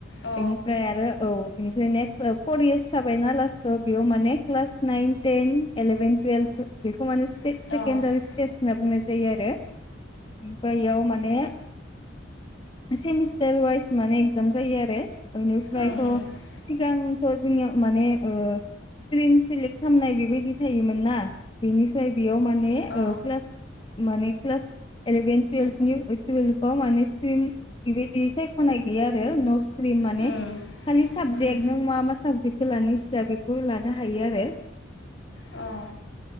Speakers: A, on the left (about 60°); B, on the left (about 25°).
A: अ
B: बेनिफ्राय आरो औ बेनिफ्राय नेक्स्ट फर इयार्स थाबायना लास्टाव बेयाव माने class nine ten eleven twelve बेखौ माने सेकेणडारि
A: अ अ
B: स्टेज होनना बुंनाय जायो आरो ओमफाय बेयाव माने सेमिस्टार वाइस माने एगजाम जायो आरो बेनिफ्रायथ'
A: ओं ओं
B: सिगां थ जोंनि माने ओ स्ट्रिम सेलेक्ट खालामनाय बेबायदि थायोमोन ना बेनिफ्राय बेयाव माने
A: अ
B: क्लास माने क्लास एलेभेन टुयेल्भ अ माने सिथ्म्रि बेबायदि सायखनाय गैया आरो न सिथ्म्रि माने
A: उम
B: खालि साबजेक्ट
A: उम
B: नों मा मा साबजेक्ट लानाय सिया बेखौ लानो हायो आरो
A: अ